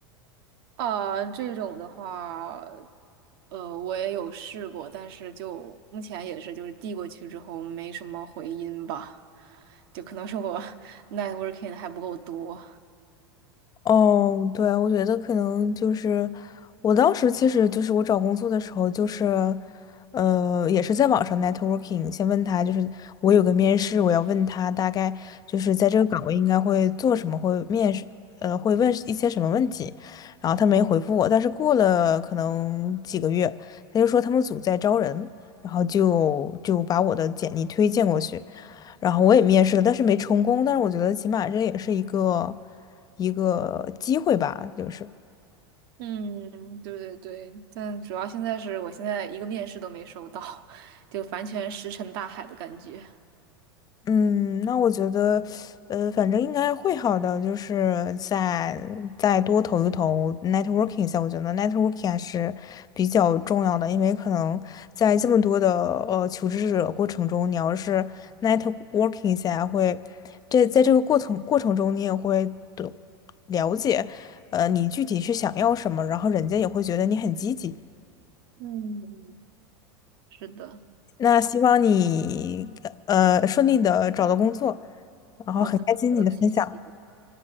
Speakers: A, on the right; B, on the left.
A: 啊，这种的话。呃，我也有试过，但是就目前也是，就是递过去之后没什么回音吧，就可能是我 <laughs> networking 还不够多。
B: 哦，对，我觉得可能就是我当时其实就是我找工作的时候，就是呃也是在网上 networking，先问他就是我有个面试，我要问他大概就是在这个岗位应该会做什么，会面试呃会问一些什么问题，然后他没回复我，但是过了可能几个月，他就说他们组在招人，然后就就把我的简历推荐过去。然后我也面试了，但是没成功。但是我觉得起码这也是一个一个机会吧，就是。
A: 嗯，对对对，但主要现在是我现在一个面试都没收到，<laughs> 就完全石沉大海的感觉。
B: 嗯，那我觉得，呃，反正应该会好的，就是再再多投一投 networking 一下，我觉得 networking 还是比较重要的，因为可能在这么多的呃求职者过程中，你要是 networking 一下会，这在这个过程过程中，你也会懂了解，呃，你具体是想要什么，然后人家也会觉得你很积极。
A: 嗯 <laughs>，是的，
B: 那希望你呃顺利的找到工作，然后很开心你的分享。
A: 好的，好的，谢谢。